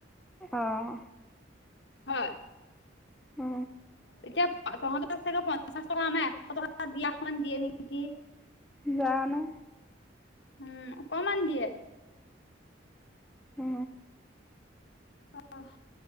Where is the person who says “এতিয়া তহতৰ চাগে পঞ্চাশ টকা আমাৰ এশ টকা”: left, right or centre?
Left